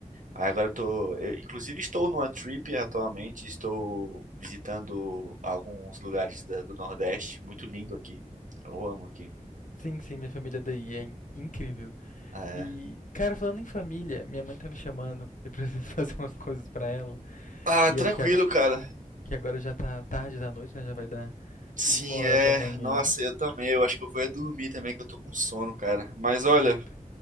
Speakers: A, on the right; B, on the left.
A: Aí agora eu tô, eu, inclusive estou numa trip atualmente, estou visitando alguns lugares da- do Nordeste, muito lindo aqui. Eu amo aqui.
B: Sim, sim, minha família daí é in- incrível.
A: É.
B: E, cara, falando em família, minha mãe tá me chamando, eu preciso <laughs> fazer umas coisas pra ela.
A: Ah,
B: E
A: tranquilo,
B: é porque agora,
A: cara.
B: porque agora já tá tarde da noite, né? Já vai dar
A: Sim,
B: uma hora
A: é.
B: da manhã
A: Nossa, eu também. Eu acho que eu vou é dormir também, que eu tô com sono, cara. Mas olha,
B: e eu p-